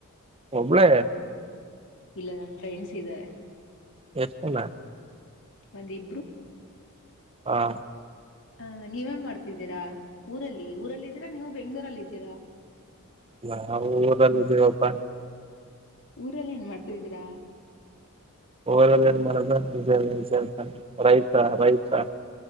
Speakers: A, on the right; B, on the left.
A: ಒಬ್ಳೆ
B: ಇಲ್ಲ ನನ್ ಫ್ರೆಂಡ್ಸಿದರೆ
A: ಎಷ್ಟ್ಜನ
B: ಒಂದಿಬ್ಬ್ರು
A: ಹಾ
B: ಆ ನೀವೇನ್ಮಾಡ್ತಿದೀರಾ ಊರಲ್ಲಿ ಊರಲ್ಲಿದೀರಾ ನೀವು ಬೆಂಗಳೂರುರಲಿದಿರ
A: ನಾವು ಊರಲ್ಲಿದ್ದೀವಪ್ಪ
B: ಊರಲ್ಲೇನ್ಮಾಡ್ತಇದಿರಾ
A: ಊರಲ್ಲೇನ್ಮಾಡದು ಜಮೀನ್ಕೆಲ್ಸ ರೈತ ರೈತ